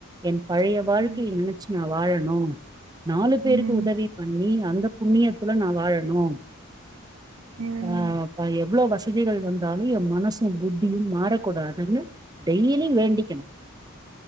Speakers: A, on the right (about 20°); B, on the right (about 70°).
A: என் பழைய வாழ்க்கையை
B: ம்
A: நினைச்சு நா வாழனு நாலு பேருக்கு
B: ம்
A: உதவி பண்ணி அந்தப் புண்ணியத்துல நா வாழணு
B: ம்
A: ஆ பா எவ்ளோ வர்ஷ் விதிகள் வந்தாலு என் மனசும் புத்தியு மாறக்கூடாதுன்னு டெய்லி வேண்டிக்கணு